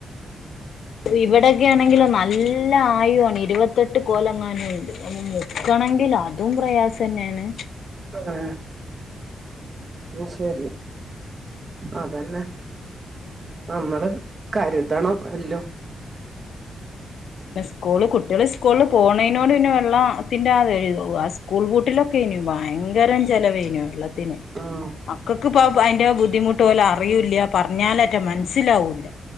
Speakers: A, on the left; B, on the right.
A: ഇവിടെക്കേണെങ്കില് നല്ല ആഴി ക്ക് തോന്നി ഇരുപത്തെട്ട് കോലങ്ങാനും ഉണ്ട്. അത് മുക്കണെങ്കില് അതും പ്രയാസന്നേണ്.
B: ആ ഉ ശരി അതന്നെ
A: ഉം
B: നമ്മള് കരുതണം എല്ലോം
A: <unintelligible> സ്കൂള് കുട്ടികൾ സ്കൂളിൽ പോണേനോട് പിന്നെ വെള്ള ത്തിന്റെ <unintelligible> ആ സ്കൂൾ പൂട്ടിലൊക്കെനു ഭയ ഭയങ്കരം ചെലവേനു വെള്ളത്തിന്
B: ഉം
A: മക്കൾക്ക് ഇപ്പ അയിന്റെ ബുദ്ധിമുട്ട് ഓല് അറിയൂല്ല പറഞ്ഞാലറ്റ മനസ്സിലാവൂല്ല